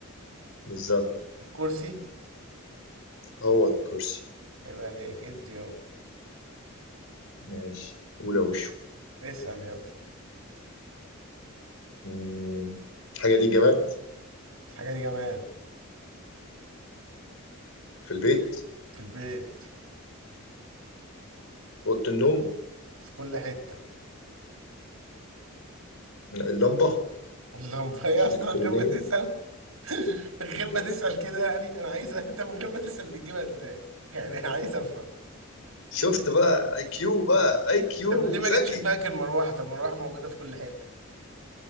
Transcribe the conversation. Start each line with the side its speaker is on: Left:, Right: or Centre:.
Left: بالظبط
Right: الكرسي
Left: هو ده الكرسي
Right: يبقى عليك ادي يابا
Left: ماشي أولى وشه
Right: اسأل يابا
Left: مم. الحاجة دي جماد
Right: الحاجة دي جماد
Left: في البيت
Right: في البيت
Left: أوضة النوم
Right: في كل حتة
Left: اللمبة
Right: اللمبة هي <laughs> أصلا
Left: الإلكترونية
Right: من غير ما تسأل <laughs> من غير ما تسأل كده يعني أنا عايز <laughs> أنت من غير ما تسأل بتجيبها إزاي يعني عايز أفهم
Left: شفت بقى اي كيو بقى اي كيو
Right: طب ليه ما
Left: ذكي
Right: جاتش دماغك المروحة طب المروحة موجودة في كل حتة